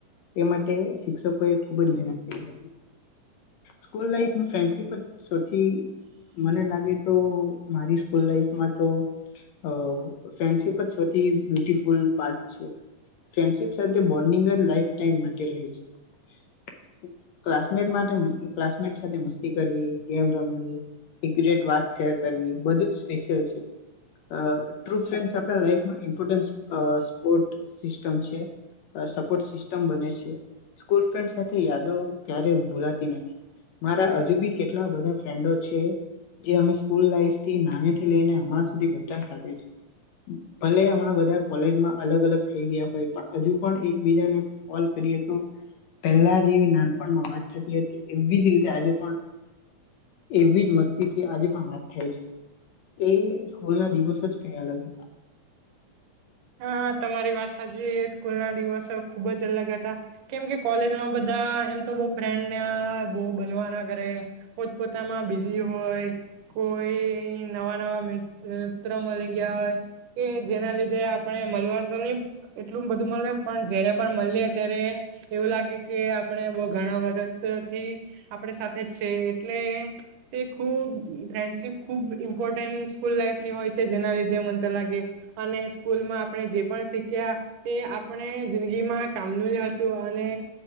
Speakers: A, on the left; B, on the right.
A: એ માટે શિક્ષકો એ ખુબ જ મહેનત કરી હતી સ્કૂલ લાઈફ ફ્રેન્ડશીપ જ સૌથી મને લાગે. તો મારી સ્કૂલ લાઈફમાં તો અ ફ્રેન્ડશિપ જ સૌથી બ્યુટફુલ પાર્ટ છે ફ્રેન્ડશીપ સાથે બોન્ડિંગ જ લાઈફ ટાઈમ માટે રહે છે ક્લાસમેટ માટે ક્લાસમેટ સાથે મસ્તી કરવી ગેમ રમવી સિક્રેટ વાત શેર કરવી બધું જ સ્પેશિયલ છે અ ટ્રુ ફ્રેન્ડ્સ આપડા લાઈફમાં ઈમ્પોર્ટન્સ અ સપોર્ટ સિસ્ટમ છે સપોર્ટ સિસ્ટમ બને છે સ્કૂલ ફ્રેન્ડ સાથે યાદો ક્યારે ભૂલાતી નથી મારા હજુ બી કેટલા બધા ફ્રેન્ડો છે જે અમે સ સકુલ લાઈફ થી નાનેથી લઈને હમણાં સુધી બધા સાથે છે ભલે હમણાં બધા કોલેજમાં અલગ અલગ થઈ ગયા હોય પણ હજુ પણ એકબીજાને કોલ કરીએ તો પહેલા જે એવી નાનપણમાં વાત થતી હતી એવી જ રીતે આજે પણ એવી જ મસ્તીથી આજે પણ વાત. થાય છે એ સ્કૂલ ના દિવસ જ કઈ અલગ હતા.
B: હા તમારી વાત સાચી સ્કૂલ ના દિવસ ખુબ જ અલગ હતા કેમ કે કોલેજમાં બધા એમ તો બો ફ્રેન્ડને બો બનવા ના કરે પોતપોતામાં બિઝી હોય કોઈ નવા નવા મિત્ર મલી ગયા હોય કે જેના લીધે આ. આપણે મલવા તો ની એટલું બધું મળે પણ જયારે પણ મળીએ ત્યારે એવું લાગે કે આપણે બો ઘણા વર્ષ થી આપણે સાથે જ છે એટલે તે ખુબ ફ્રેન્ડશીપ ખુબ ઇમ્પોર્ટન્ટ સ્કૂલ લાઈફ ની હોય છે જેના લીધે મનતા લાગે અને સ્કૂલમાં આપણે જે પણ શીખ્યા એ આપણે જિંદગીમાં કામનું જ હતું અને